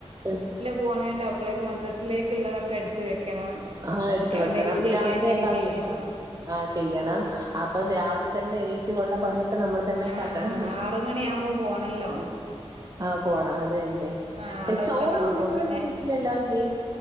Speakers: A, on the right; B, on the right.
A: ഉം
B: പോണേണ്ട അപ്പളേക്ക് മദ്രസിലേക്ക് ള്ളതൊക്കെ എട്ത്ത് വെക്കണം
A: ആ എട്ത്ത്
B: എന്തെങ്കിലും
A: വെക്കണം
B: ചെയ്യാണ്ടെങ്കി
A: രാവിലെ ണ്ടാവൂലേ
B: ചെയ്യണം.
A: ആ ചെയ്യണം അപ്പം രാവിലെതന്നെ എണീറ്റ് ഒള്ള പണിയൊക്കെ നമ്മള് തന്നെ
B: ആഹ്
A: കാട്ടണം
B: ആറ് മണിയാവുമ്പോ പോണല്ലോ
A: ആ പോണം അതെന്നെ
B: ആഹ് അവിടെ
A: എ ചോറൊന്നും
B: എത്തണം അപ്പൊ
A: നിങ്ങളൊന്നും
B: പിന്നെ
A: കഴിക്കില്ലല്ലോ അതെന്തേ